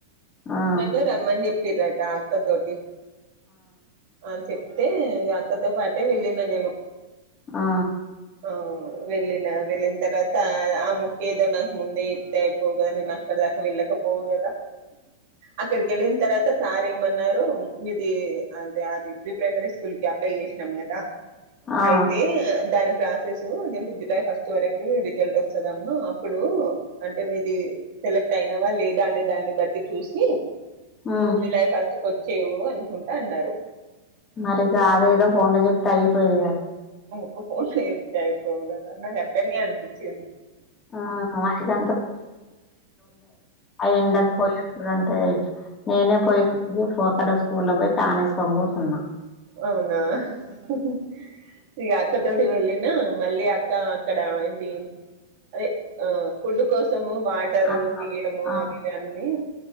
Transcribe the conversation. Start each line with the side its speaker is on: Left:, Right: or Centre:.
Left: ఆ
Right: నన్ను రమ్మని చెప్పిరట అక్క తోటి అని చెప్తే అక్కతో పాటే వెళ్ళిన నేను
Left: ఆ ఆ
Right: ఆ వెళ్ళిన వెళ్ళిన తర్వాత ఆ ముక్క ఏదో నాకు ముందే ఎప్తే అయిపోవు కదా నేను అక్కడ దాకా వెళ్ళకప్ పోవ్ గద అక్కడికి వెళ్ళిన తర్వాత సార్ ఏమన్నారు మీది అంటె అది ప్రీ ప్రైమరీ స్కూల్ అప్లై చేసినాం కదా
Left: ఆ ఆ
Right: అయితే ఆది ప్రాసెస్ జులై ఫస్ట్ వరకు రిజల్ట్ వస్తది అమ్మ అప్పుడు అంటే మీది సెలెక్ట్ అయినవా లేదా అనే దాన్ని బట్టి చూసి
Left: మ్మ్
Right: నువ్వు జులై ఫస్ట్ కి వచ్చేవు అనుకుంటా అన్నారు
Left: మరి అది ఏదో ఫోన్ లో చెప్తే అయిపోయేది కదా
Right: ఒక ఫోన్ లో చెప్తారు పోవు కదా నాకు అట్లనే అనిపించేది
Left: ఆ! మనకి అయి ఉండక పోయి <unintelligible> నేనే పోయే అక్కడ స్కూల్ లో పోయి ఫ్యాన్ వేసుకొని కూర్చున్నా
Right: అవునా <unintelligible> ఇ వెళ్ళిన మళ్ళీ అక్క అక్కడ ఏంటి అదే ఆ ఫుడ్ కోసము వాటరు
Left: ఆ!
Right: బియ్యము
Left: ఆ!
Right: అవి ఇవి అన్నీ